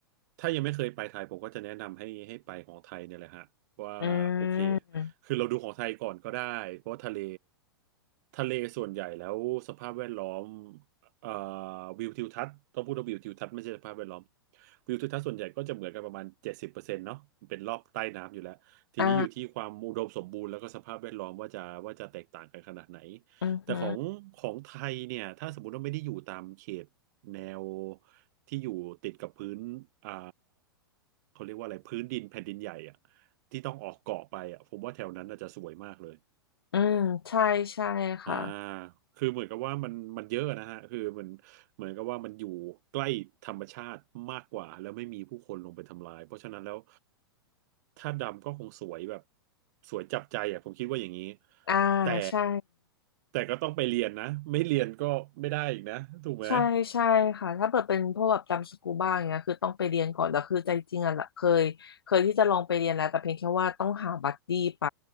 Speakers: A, on the right; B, on the left.
A: ถ้ายังไม่เคยไปไทยผมก็จะแนะนำให้ให้ไปของไทยเนี่ยแหละฮะว่าโอเค
B: อืม
A: คือเราดูของไทยก่อนก็ได้เพราะว่าทะเลทะเลส่วนใหญ่แล้วสภาพแวดล้อมเอ่อวิวทิวทัศน์ต้องพูดว่าวิวทิวทัศน์ไม่ใช่สภาพแวดล้อมวิวทิวทัศน์ส่วนใหญ่ก็จะเหมือนกันประมาณเจ็ดสิบเปอร์เซ็นต์เนาะมันเป็นรอบใต้น้ำอยู่แล้วทีนี้อยู่ที่ความอุดมสมบูรณ์แล้วก็สภาพแวดล้อมว่าจะว่าจะแตกต่างกันขนาดไหน
B: อ่าอือฮึ
A: แต่ของของไทยเนี่ยถ้าสมมติว่าไม่ได้อยู่ตามเขต แนวที่อยู่ติดกับพื้นอ่าเขาเรียกว่าอะไร พื้นดินแผ่นดินใหญ่อะที่ต้องออกเกาะไปอะผมว่าแถวนั้นน่าจะสวยมากเลย
B: อืมใช่ใช่ค่ะ
A: อ่าคือเหมือนกับว่ามันมันเยอะนะฮะคือมันเหมือนกับว่ามันอยู่ใกล้ธรรมชาติมากกว่าแล้วไม่มีผู้คนลงไปทำลายเพราะฉะนั้นแล้วถ้าดำก็คงสวยแบบสวยจับใจอ่ะผมคิดว่าอย่างนี้
B: อ่า
A: แต่
B: ใช่
A: แต่ก็ต้องไปเรียนนะไม่เรียนก็ไม่ได้อีกนะถูกไหม
B: ใช่ใช่ค่ะถ้าเปิดเป็นพวกแบบดำสกูบ้าอย่างเงี้ยคือต้องไปเรียนก่อนแล้วคือใจจริงอ่ะละเคยเคยที่จะลองไปเรียนแล้วแต่เพียงแค่ว่าต้องหาบัดดี้ไป